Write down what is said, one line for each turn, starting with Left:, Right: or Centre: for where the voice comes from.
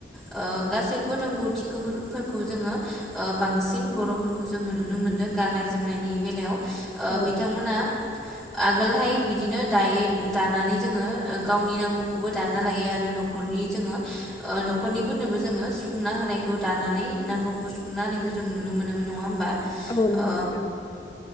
Centre: ओ गासैबो रोंगौथिफोरखौ जोङो ओ बांसिन बर' जोङो नुनो मोनदों गाननाय जोमनायनि बेलायाव ओ
Left: औ
Centre: बिथांमोना
Left: औ
Centre: आगोलहाय बिदिनो दायो दानानै जोङो गावनि नांगौखौबो दाना लायो आरो न'खरनि जोङो ओ न'खरनिफोरनोबो जोङो सुफुंना होनायखौ दानानै नांगौखौ सुफुंना होनायखौ जों नुनो मोनोम नङा होमबा।
Left: औ नंगौ
Centre: ओ
Left: नोंथां।